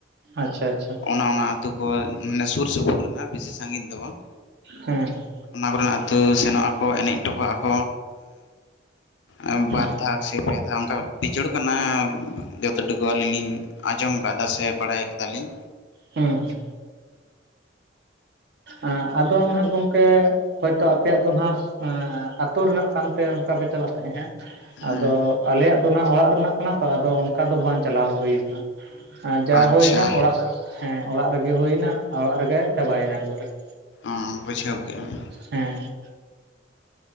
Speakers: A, on the right; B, on the left.
A: ᱟᱪᱪᱷᱟ ᱟᱪᱪᱷᱟ
B: ᱚᱱᱟ ᱚᱱᱟ ᱟᱹᱛᱩ ᱠᱚ ᱢᱟᱱᱮ ᱥᱩᱨ ᱼ ᱥᱩᱯᱩᱨ ᱨᱮᱱᱟᱜ ᱵᱤᱥᱤ ᱥᱟᱹᱜᱤᱧ ᱫᱚ ᱵᱟᱝ
A: ᱦᱮᱸ
B: ᱚᱱᱟ ᱠᱚᱨᱮᱱᱟᱜ ᱟᱹᱛᱩ ᱥᱮᱱᱚᱜ ᱟᱠᱚ ᱮᱱᱮᱡ ᱦᱚᱴᱚᱠᱟᱜᱼᱟᱠ᱾ ᱟᱨ
A: ᱦᱮᱸ
B: ᱵᱟᱨ ᱫᱷᱟᱣ ᱥᱮ ᱯᱮ ᱫᱷᱟᱣ ᱚᱱᱠᱟ ᱵᱤᱪᱚᱲ ᱠᱟᱱᱟ ᱡᱚᱛᱚ ᱴᱩᱠᱩ ᱟᱹᱞᱤᱧ ᱞᱤᱧ ᱟᱸᱡᱚᱢ ᱠᱟᱫᱟ ᱥᱮ ᱵᱟᱲᱟᱭ ᱠᱟᱫᱟᱞᱤᱧ᱾
A: ᱦᱩᱸ ᱦᱩᱸ, ᱮᱸᱜ ᱟᱫᱚ ᱱᱟᱜ ᱜᱚᱢᱠᱮ ᱦᱳᱭᱛᱚ ᱟᱯᱮᱭᱟᱜ ᱫᱚ ᱱᱟᱦ ᱟᱛᱳ ᱨᱮᱱᱟᱜ ᱠᱟᱱᱛᱮ ᱚᱱᱠᱟ ᱯᱮ ᱪᱟᱞᱟᱜ ᱛᱟᱦᱮᱸᱜᱼᱟ ᱾
B: ᱦᱮᱸ
A: ᱟᱫᱚ ᱟᱞᱮᱭᱟᱜ ᱫᱚ ᱱᱟᱜ ᱚᱲᱟᱜ ᱨᱮᱱᱟᱜ ᱠᱟᱱᱟ ᱛᱚ ᱟᱫᱚ ᱚᱱᱠᱟ ᱫᱚ ᱵᱟᱝ ᱪᱟᱞᱟᱣ ᱦᱳᱭ ᱠᱟᱱᱟ ᱾ ᱡᱟ
B: ᱟᱪᱪᱷᱟ
A: ᱦᱩᱭᱱᱟ ᱚᱲᱟᱜ ᱦᱮᱸ ᱚᱲᱟᱜ ᱨᱮᱜᱮ ᱦᱩᱭᱱᱟ, ᱚᱲᱟᱜ ᱨᱮᱜᱮ ᱪᱟᱵᱟᱭᱮᱱᱟ ᱮᱠᱵᱚᱨᱮ ᱾
B: ᱚᱸ ᱵᱩᱡᱷᱟᱹᱣ ᱠᱮᱜᱼᱟᱧ ᱾
A: ᱦᱮᱸ,